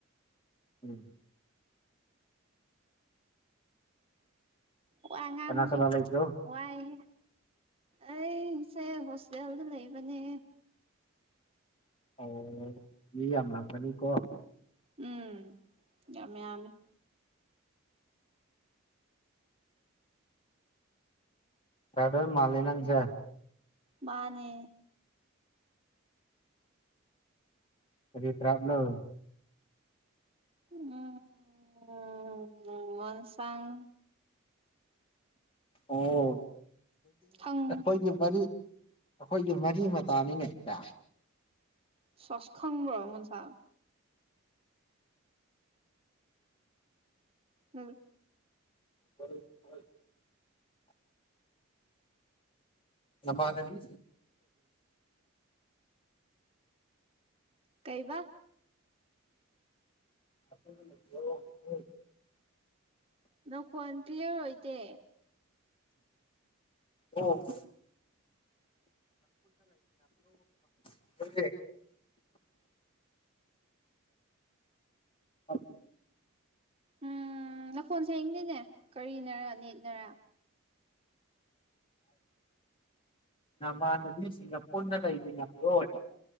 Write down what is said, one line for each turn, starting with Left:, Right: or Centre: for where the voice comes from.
Left: ꯎꯝ
Right: ꯋꯥ ꯉꯥꯡꯉꯨꯁꯨ
Left: ꯀꯅꯥ ꯀꯅꯥ ꯂꯩꯕ꯭ꯔꯣ
Right: ꯋꯥꯏꯦ ꯑꯩꯁꯦ ꯍꯣꯁꯇꯦꯜꯗ ꯂꯩꯕꯅꯤ
Left: ꯑꯣ ꯃꯤ ꯌꯥꯝ ꯂꯥꯡꯒꯅꯤꯀꯣ
Right: ꯎꯝ ꯌꯥꯝꯃꯤ
Left: ꯇꯗ ꯃꯥꯂꯅꯪꯖꯦ
Right: ꯃꯥꯅꯦ
Left: ꯀꯔꯤꯠꯇ꯭ꯔꯥꯞꯅ
Right: ꯎꯝ ꯎꯃꯣꯟ ꯁꯥꯡ
Left: ꯑꯣ
Right: ꯈꯪ
Left: ꯀꯣꯏꯒꯤ ꯃꯔꯔꯤ ꯑꯩꯈꯣꯏꯒꯤ ꯃꯔꯤ ꯃꯇꯥꯅꯤꯅꯦ ꯏꯗ
Right: ꯁꯁꯈꯪꯕ꯭ꯔꯣ ꯃꯆꯥ ꯎꯝ
Left: ꯍꯣꯏ ꯍ ꯅꯃꯥꯅꯥꯕꯤ
Right: ꯀꯩꯕ
Left: <inaudible>
Right: ꯅꯈꯣꯟ ꯀ꯭ꯂꯤꯌꯥꯔ ꯑꯣꯏꯗꯦ
Left: ꯑꯣ <inaudible> <unintelligible> <unintelligible> <inaudible> ꯑ
Right: ꯎꯝ ꯂꯈꯣꯟ ꯁꯌꯦꯤꯡꯗꯤꯅꯦ ꯀꯔꯤꯅꯔ ꯅꯦꯠꯅꯔ
Left: ꯃꯥꯃ ꯅꯗꯤꯁꯤꯡꯒꯥꯄꯅ ꯂꯩ ꯂꯩꯃꯤꯟꯅ ꯋꯥ